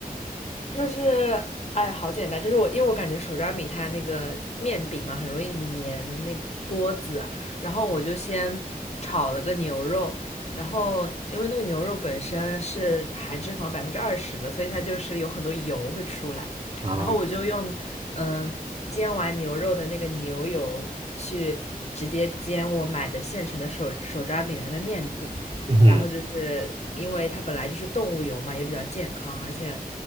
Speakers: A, on the left; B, on the right.
A: 就是哎，好简单，就是我因为我感觉手抓饼它那个面饼嘛，很容易粘那锅子，然后我就先炒了个牛肉，然后因为那个牛肉本身是含脂肪百分之二十的，所以它就是有很多油会出来，
B: 啊，
A: 然后我就用嗯、呃煎完牛肉的那个牛油去直接煎我买的现成的手手抓饼的那个面饼。
B: 嗯哼，
A: 然后就是因为它本来就是动物油嘛，也比较健康，而且